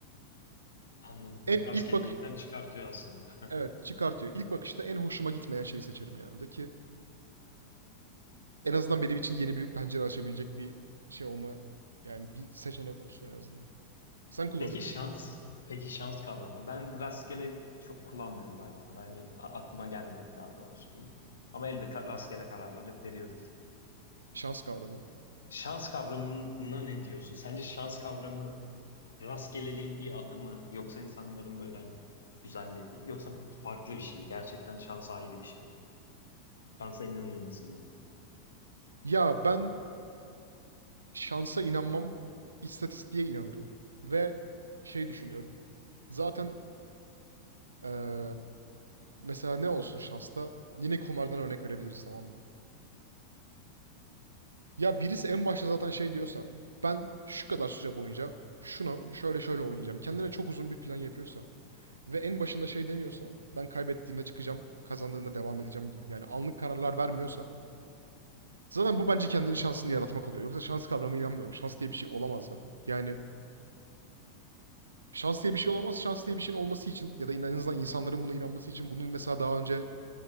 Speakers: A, on the left; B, on the right.
A: Anladım.
B: En
A: Bu rastgelelikten
B: ilk bakış
A: çıkartıyor aslında. <laughs>
B: evet çıkartıyor. İlk bakışta en hoşuma gitmeyen şeyi seçerim genelde ki en azından benim için yeni bir pencere açabilecek bir şey olma yani bir seçenek olsun en azından. Sen kullanır
A: Peki
B: mısın?
A: şans? Peki şans kavramı. Ben rastgelelik çok kullanmıyorum hayatımda. Hani a- aklıma gelmedi daha doğrusu diyeyim. Ama elbette rastgele kararlar hep veriyoruz.
B: Şans kavramı.
A: Şans kavramına ne diyorsun? Sence şans kavramı rastgeleliğin bir adı mı? Yoksa insanların böyle hani güzellediği? Yoksa farklı bir şey mi? Gerçekten şansa ayrı bir şey mi? Şansa inanır mısın diyeyim.
B: Ya ben şansa inanmam, istatistiğe inanırım ve şey düşünüyorum. Zaten eee, mesela ne olsun şansta? Yine kumardan örnek verebiliriz tamam mı? Ya birisi en başta zaten şey diyorsa ben şu kadar süre boyunca şunu şöyle şöyle oynayacağım. Kendine çok uzun bir plan yapıyorsa ve en başında şey demiyorsa ben kaybettiğimde çıkacağım, kazandığımda devam edeceğim gibi. Yani anlık kararlar vermiyorsa zaten bu bence kendinin şansını yaratmak oluyor. Yoksa şans kavramına inanmıyorum. Şans diye bir şey olamaz zaten. Yani şans diye bir şey olamaz. Şans diye bir şeyin olması için ya da en azından insanların buna inanması için bunun mesela daha önce